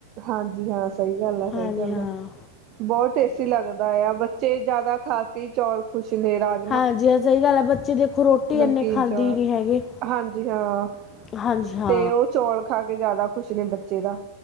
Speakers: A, on the right; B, on the left.
A: ਹਾਂਜੀ ਹਾਂ ਸਹੀ ਗੱਲ ਹੈ ਸਹੀ
B: ਹਾਂਜੀ
A: ਗੱਲ
B: ਹਾਂ
A: ਹੈ। ਬਹੁਤ ਟੋਸਟੀ ਲੱਗਦਾ ਆ ਬੱਚੇ ਜਿਆਦਾ ਖਾ ਕੇ ਚੌਲ ਖੁਸ਼ ਨੇ ਰਾਜ।
B: ਹਾਂਜੀ ਹਾਂ ਸਹੀ ਗੱਲ ਆ ਬੱਚੇ ਦੇਖੋ ਰੋਟੀ
A: ਨਮਕੀਨ
B: ਇਨੇ ਖਾਂਦੀ
A: ਚੌਲ
B: ਨਹੀਂ ਹੈਗੇ।
A: ਹਾਂਜੀ ਹਾਂ
B: ਹਾਂਜੀ ਹਾਂ।
A: ਤੇ ਉਹ ਚੌਲ ਖਾ ਕੇ ਜ਼ਿਆਦਾ ਖੁਸ਼ ਨੇ ਬੱਚੇ ਤਾ